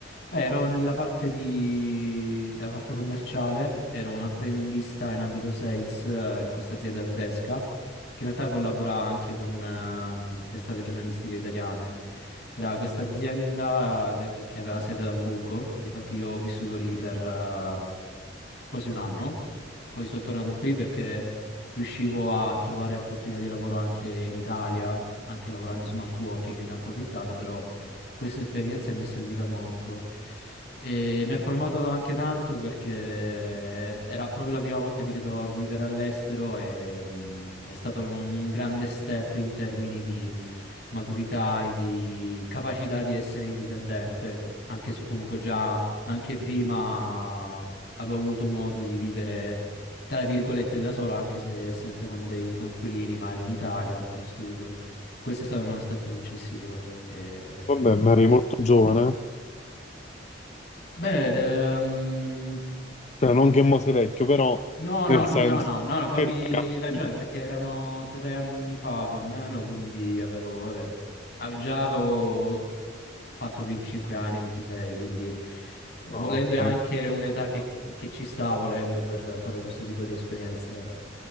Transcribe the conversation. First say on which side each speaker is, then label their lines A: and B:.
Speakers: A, on the left; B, on the left.
A: Beh, ero nella parte di... della parte commerciale, ero un apprendista in ambito sales eh, in questa azienda tedesca, che in realtà collabora anche con ehm, testate giornalistiche italiane. Era questa azienda eh, che aveva sede ad Amburgo e difatti io ho vissuto lì per eh, quasi un anno. Poi sono tornato qui perché riuscivo a trovare opportunità di lavoro anche in Italia, anche lavorando in smart working e ne ho approfittato, però questa esperienza mi è servita molto. E mi ha formato anche tanto perché era proprio la prima volta che mi ritrovo a vivere all'estero e mh, è stato un, un grande step in termini di maturità e di capacità di essere indipendente, anche se comunque già anche prima avevo avuto modo di vivere tra virgolette da solo, anche se sempre con dei coinquilini, ma era in Italia per studio. Questo è stato uno step successivo. E...
B: Vabbè, ma eri molto giovane,
A: Beh, ed, ehm,
B: cioè non che mo sei vecchio, però
A: no,
B: nel
A: no, no,
B: senso
A: no, no, no, no, fammi
B: che eri ragazzi.
A: ragionare perché erano tre anni fa più o meno, quindi avevo, vabbè, ave- già avevo fatto 25 anni, 26, quindi eh,
B: Ah,
A: volendo è
B: ok,
A: anche un'età che, che ci sta volendo per fare questo tipo di esperienze.